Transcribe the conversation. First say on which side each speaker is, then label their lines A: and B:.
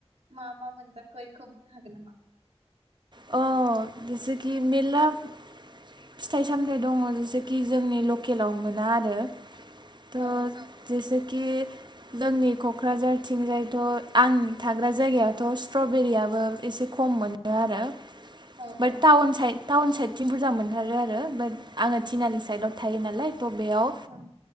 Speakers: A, on the right (about 70°); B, on the right (about 45°).
A: मा मा मोनजाखो बेखौ बुंनो हागोन नामा?
B: अ जेसेखि मेलला फिथाइ सामथाइ दंङ जेसेखि जोंनि लकेलाव मोना आरो। थ
A: औ
B: जैसे खि जोंनि क'क्राझार थिंजायथ' आं थाग्रा जायगायावथ' स्ट्रबेरियाबो एसे खम मोनो आरो।
A: औ
B: बाद
A: औ
B: थाउन साय थाउन साय थिं बुरजा मोनथारो आरो बाद आंङो
A: औ उम
B: तिनालि साइडआव थायो नालाय थ' बेयाव
A: उम